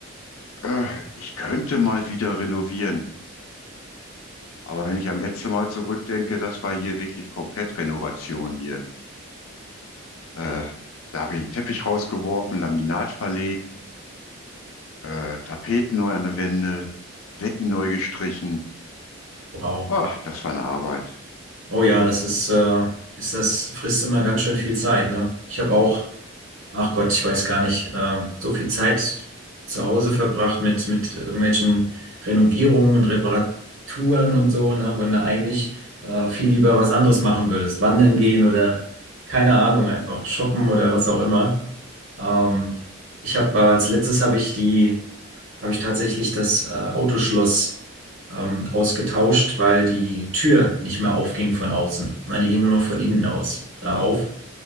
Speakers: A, on the left (about 80°); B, on the right (about 85°).
A: Äh, ich könnte mal wieder renovieren, aber wenn ich am letzten Mal zurückdenke, das war hier wirklich komplett Renovation hier. Äh, da habe ich einen Teppich rausgeworfen, Laminat verlegt. äh, Tapeten neu an der Wände, Decken neu gestrichen.
B: Wow.
A: Ah, das war eine Arbeit.
B: Oh ja, das ist, äh, ist das frisst immer ganz schön viel Zeit, ne? Ich habe auch, ach Gott, ich weiß gar nicht, ähm, so viel Zeit zu Hause verbracht mit, mit irgendwelchen Renovierungen und Reparaturen und so, ne? Wenn du eigentlich äh, viel lieber was anderes machen würdest. Wandern gehen oder keine Ahnung, einfach shoppen oder was auch immer. Ähm, ich habe äh, als letztes habe ich die habe ich tatsächlich das äh, Autoschloss ähm, ausgetauscht, weil die Tür nicht mehr aufging von außen. Nein, die ging nur noch von innen aus äh, auf.